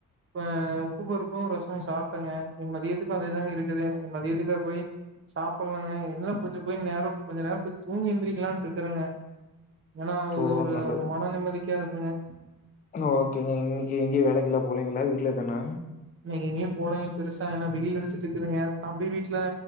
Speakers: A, on the right; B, on the left.
A: இப்ப உப்பு பருப்பும் ரசோ சாப்ட்டங்க இனி மதியத்துக்கு அதேதாங்க இருக்குது மதியத்துக்கா போயி சாப்புட்லங்க என்ன கொஞ்சோ போயி நேரம் கொஞ்ச நேரம் போய் தூங்கி எந்திரிக்கலான்னு இருக்றங்க ஏன்னா
B: ஓ
A: அது ஒரு
B: நல்லது
A: மன நிம்மதி யாருக்குங்க
B: ஓகேங்க இன்னக்கி எங்கையு வேலைக்கிலா போலீங்களா வீட்ல தானா
A: இன்னைக்கி எங்கயு போலங்க பெருசா ஏன்னா வெயில் அடிச்சிட்ருக்குதுங்க தம்பி வீட்ல